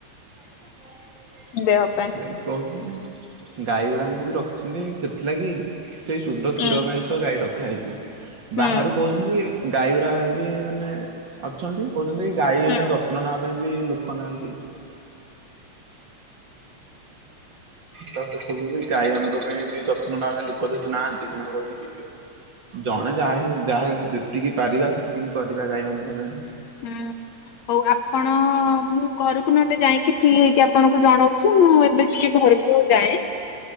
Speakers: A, on the right; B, on the left.
A: <unintelligible>
B: ଦେହ
A: ସେଥିଲାଗି
B: ପାଇଁ।
A: କହୁଥିଲେ ଗାଈଗୁଡାଙ୍କୁ ବି ରଖିଛନ୍ତି ସେଥିଲାଗି। ସେଇ ଶୁଦ୍ଧ କ୍ଷୀର
B: ହୁଁ
A: ପାଇଁ ତ ଗାଈ ରଖା ହେଇଛି
B: ହୁଁ
A: ବାହାରୁ କହୁଛନ୍ତି। ଗାଈ ଗୁରା ବି ମାନେ। ଅଛନ୍ତି କହୁଛନ୍ତି ଗାଈ
B: ହୁଁ
A: ନା ଯତ୍ନ ନେବା ପାଇଁ ବି ଲୋକ ନାହାନ୍ତି। ତ ସେସବୁ ବି ଗାଈ ମାନଙ୍କ ପାଇଁ ବି ଯତ୍ନ ନବା ପାଇଁ ଲୋକ ଯେହେତୁ ନାହାନ୍ତି ସେମାନଙ୍କ ପାଇଁ ଜଣେ ଯାହା ଯାହା ଯେତିକି ପାରିବା ସେତିକି କରିବା ଗାଈ ମାନଙ୍କ ପାଇଁ।
B: ହୁଁ ହଉ ଆପଣ? ହଁ ମୁଁ ଘରକୁ ନହେଲେ ଯାଇକି ଫ୍ରି ହେଇକି ଆପଣଙ୍କୁ ଜଣାଉଛି ମୁଁ ଏବେ ଟିକେ ଘରକୁ ଯାଏଁ।